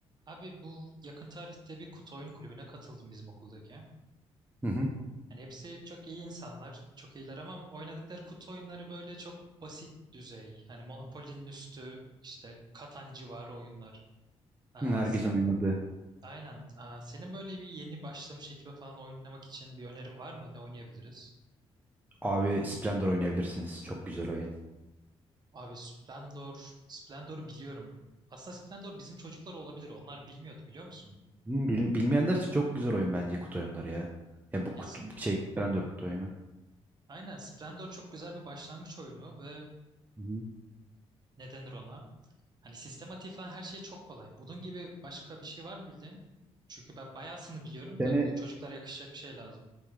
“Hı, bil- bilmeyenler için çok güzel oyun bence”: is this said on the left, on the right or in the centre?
Right